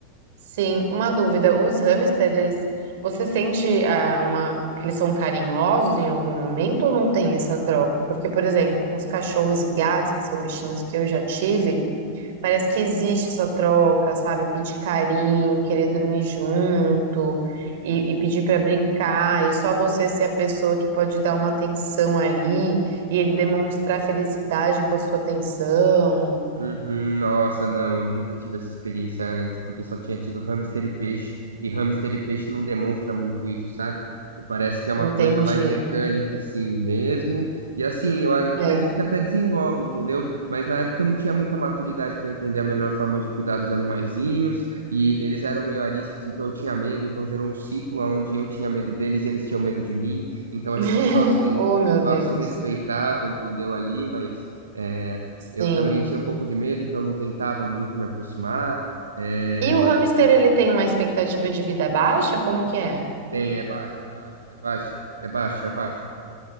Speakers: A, on the right (about 55°); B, on the right (about 70°).
A: sim, uma dúvida. Os hamsters, você sente ah, uma, que eles são carinhosos em algum momento ou não tem essa troca? Porque, por exemplo, com os cachorros e gatos, que são bichinhos que eu já tive, Parece que existe essa troca, sabe? Pedir carinho, querer dormir junto e, e pedir pra brincar, e só você ser a pessoa que pode dar uma atenção ali e ele demonstrar felicidade com a sua atenção.
B: Uhum, nossa, não, eu nunca tive essa experiência antes, porque eu só tinha tido hamster e peixe, e hamster e peixe não demonstra muito isso, sabe? Você Parece que é uma
A: Entendi.
B: coisa mais mecânica, assim mesmo. E assim, eu acredito
A: É.
B: que até desenvolve, entendeu? Mas na época eu não tinha muita maturidade para entender a melhor forma de cuidar dos animaizinhos, e eles eram meio ariscos, então eu tinha medo, então gerou um ciclo onde eu tinha medo deles, eles tinham medo de mim, então a
A: <laughs>
B: gente só se,
A: Oh, meu
B: só
A: Deus.
B: se respeitava, entendeu? Ali, mas. eh,
A: Sim.
B: eu também tinha um pouco de medo, então não tentava muito me aproximar. É,
A: E o hamster,
B: enfim.
A: ele tem uma expectativa de vida baixa? Como que é?
B: Tem, é baixa, é baixa, é baixa, é baixa, é baixa,